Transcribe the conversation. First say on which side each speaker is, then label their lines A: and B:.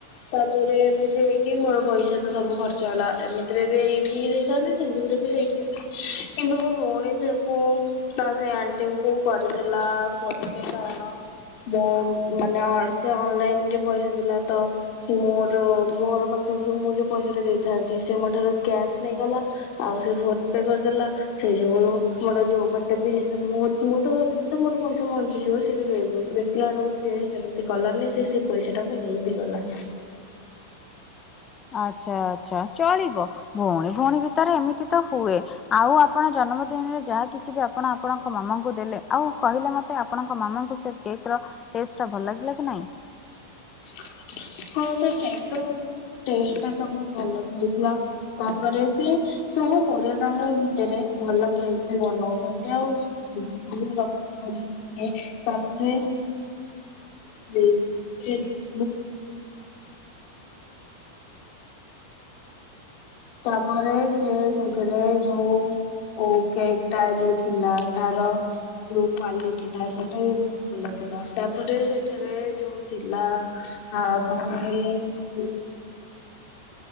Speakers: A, on the left; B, on the left.
A: ତାପରେ ଏମିତି ହେଇକି ମୋର ପଇସା ତ ସବୁ ଖର୍ଚ୍ଚ ହେଲା ଏମିତିରେ ବି ଏଇଠି ଦେଇଥାନ୍ତି। ସେ ବି ସେଇ କିନ୍ତୁ ମୋ ଭଉଣୀ ସେ କୁ ନା ସେ ଆଣ୍ଟି କ କରି ଲା ଫନପେ କାରଣ ମୋ ମାନେ ସେ ଅନଲାଇନ ରେ ପଇସା ଦେଲା ତ ମୋର ମୋର ପାଖରେ ସେ ଯଉ ମୁଁ ଯୋଉ ପଇସା ଟା ଦେଇଥାନ୍ତି ସେ ମୋ ଠାରୁ କ୍ୟାସ୍ ନେଇଗଲା ଆଉ ସେ ଫୋନ ପେ କରିଦେଲା। ସେ ଯୋଉ ମୋର ଯୋଉ ବାଟେ ବି ହେଲେ ମୁଁ ମୁଁ ତ ଭାବି ସେନ୍ତୁ ମୋର ପଇସା ବଞ୍ଚିଯିବ ସେଇଟା ଦେଇ ଦଉଥିବେ, ଦେଖିଲା ବେଳକୁ ସିଏ ସେମିତି କଲାନି ସେ ସେ ପଇସାଟାକୁ ନେଇି ବି ହେଲା।
B: ଆଚ୍ଛା ଆଚ୍ଛା ଚଳିବ ଭଉଣୀ। ଭଉଣୀ ଭିତରେ ଏମିତି ତ ହୁଏ ଆଉ ଆପଣ ଜନ୍ମଦିନରେ ଯାହା କିଛି ବି ଆପଣ ଆପଣଙ୍କ ମାମାଙ୍କୁ ଦେଲେ ଆଉ କହିଲେ ମତେ ଆପଣଙ୍କ ମାମାଙ୍କୁ ସେ କେକ ର ଟେଷ୍ଟ ଟା ଭଲ ଲାଗିଲା କି ନାଇଁ?
A: <inaudible> ହଁ ସେ କେକ ର ଟଷ୍ଟ ଟା ତ ବହୁତ ଭଲ ବି ହେଇଥିଲା ତାପରେ ସେ ସ ଆ କୋଡିଏ ଟଙ୍କ ଭିତରେ ଭଲ କେକ୍ ବି ବନଉଚନ୍ତି ଆଉ ରଖୁଛନ୍ତି। ତାପରେ <unintelligible> <unintelligible> ତାପରେ ସେ ସେଥିରେ ଯୋଉ କେକ୍ ଟା ଯୋଉ ଥିଲା ତାର ଯଉ କ୍ଵାଲିଟି ଟା ସେଇଟା ବି ବହୁତ ଭଲ ଥିଲା ତାପରେ ସେଠାରେ ଯୋଉ ଥିଲା ହଁ କଣ କହିଲେ ଯଉ